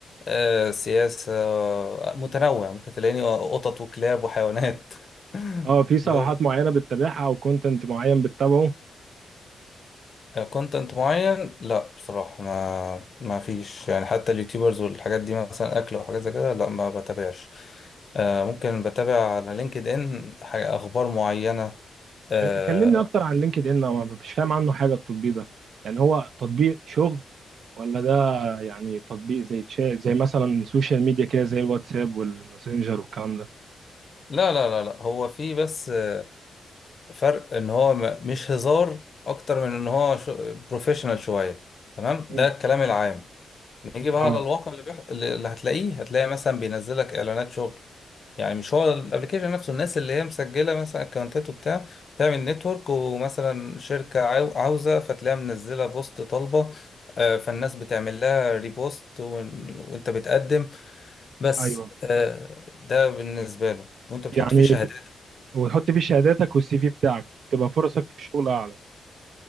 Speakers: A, on the left; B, on the right.
A: آه، سياسة آه، متنوع ممكن تلاقيني قطط وكلاب وحيوانات <laughs>
B: اه في صفحات
A: بس
B: معينة بتتابعها او كونتنت معين بتتابعه
A: كونتنت معين لا بصراحة ما ما فيش يعني حتى اليوتيوبرز والحاجات دي مثلا أكل أو حاجات زي كده لا ما بتابعش آه، ممكن بتابع على لينكد إن حاجة أخبار معينة آه،
B: إيه، كلمني اكتر عن لينكد ان انا مش فاهم عنه حاجة التطبيق ده يعني هو تطبيق شغل ولا ده يعني تطبيق زي تشات زي مثلا سوشيال ميديا كده زي الواتساب والماسنجر والكلام ده
A: لا لا لا لا هو في بس آه، فرق إن هو م- مش هزار أكتر من إن هو بروفيشنال شوية تمام
B: مم.
A: ده الكلام العام نيجي بقى
B: اه
A: على الواقع اللي, بيح... اللي هتلاقيه هتلاقي مثلا بينزلك إعلانات شغل يعني مش هو الابلكيشن نفسه الناس اللي هي مسجله مثلا اكونتات وبتاع بتعمل نتورك ومثلا شركه عاو- عاوزه فتلاقيها منزله بوست طالبه آه، فالناس بتعمل لها ريبوست وإن- وانت بتقدم بس
B: ايوه
A: آه، ده بالنسبه له وانت بتحط
B: يعني
A: فيه شهادات
B: ب... وتحط فيه شهاداتك والسي في بتاعك تبقى فرصك في الشغل اعلى